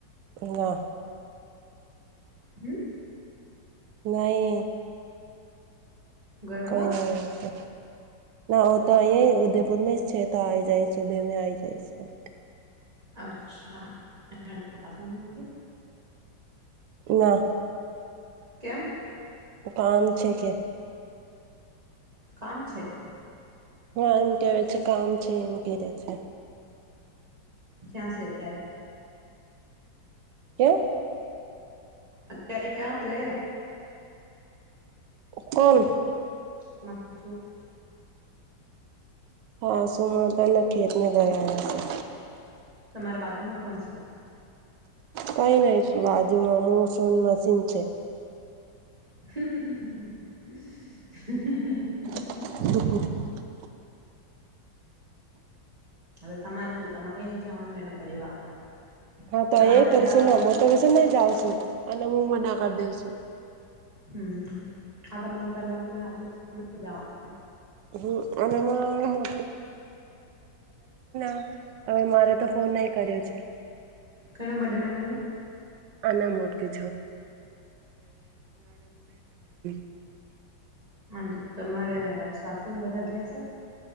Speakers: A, on the right; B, on the right.
A: ના.
B: હમ.
A: નહી.
B: ઘરવાળા
A: કય નય એ તો ના હો તો અ ઉદયપુર છે તો આ આવી જાય સુબે મે આ આવી જાય છે.
B: અચ્છા પાસું નય આવતી
A: ના.
B: કેમ?
A: કામ છે કે.
B: કામ છે?
A: હા એમ કેવા છે કામ છે એમ કેે છે.
B: ક્યાં છે અત્યારે?
A: કેમ?
B: અત્યારે ક્યાં છે?
A: ઉપર.
B: <unintelligible>
A: હા સુુંમાં તને <unintelligible>
B: તમારા બાજુમાં કોણ છે?
A: કઈ નઈ છે બાજુમાં મુ છું ન મશીન છે.
B: <inaudible>
A: <unintelligible>
B: હ તમારે શું તમારે નહી જવાનું એના પરિવારમાં
A: હા તો
B: તમારા
A: એ
B: પરિવાર
A: કરીશું ને હું તો હશે નને જાઉં છું અને હું મના કરી દેઉ છું.
B: હમ આ <unintelligible>
A: એ અને મો <unintelligible> હવે મારે તો ફોન ન કર્યો છે.
B: કોનો બડે બનાયો?
A: આના મોટકી <unintelligible>
B: તો તમારે સાસુ બધા ઘેર સે